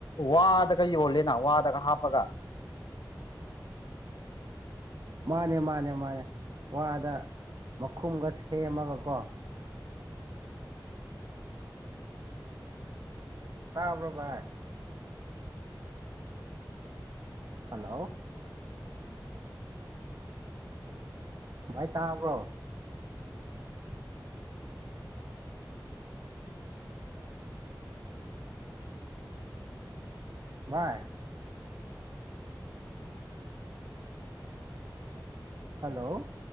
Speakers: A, on the left; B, on the right.
A: ꯋꯥ ꯗꯒ ꯌꯣꯜꯂꯦꯅ ꯋꯥ ꯗꯒ ꯍꯥꯞꯄꯒ
B: ꯃꯥꯅꯦ ꯃꯥꯅꯦ ꯃꯥꯅꯦ ꯋꯥꯗ ꯃꯈꯨꯝꯒ ꯁꯦꯝꯃꯒꯀꯣ ꯇꯥꯕ꯭ꯔꯣ ꯚꯥꯏ ꯍꯂꯣ ꯚꯥꯏ ꯇꯥꯕ꯭ꯔꯣ ꯚꯥꯏ ꯍꯜꯂꯣ